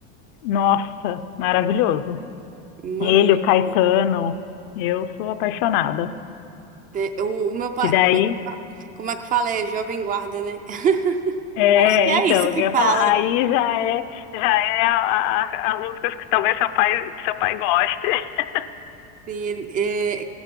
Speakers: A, on the left (about 55°); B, on the right (about 25°).
A: Nossa, maravilhoso.
B: Uma
A: Ele,
B: lenda.
A: o Caetano, eu sou apaixonada.
B: Te- O, o meu pai,
A: Que daí.
B: como é que, fa- como é que fala? É jovem guarda, né? <laughs>
A: É,
B: Acho que é
A: então,
B: isso
A: eu
B: que
A: ia
B: fala.
A: falar, aí já é, já é a, a- as músicas que talvez seu pai, seu pai goste. <laughs>
B: Sim, ele- é,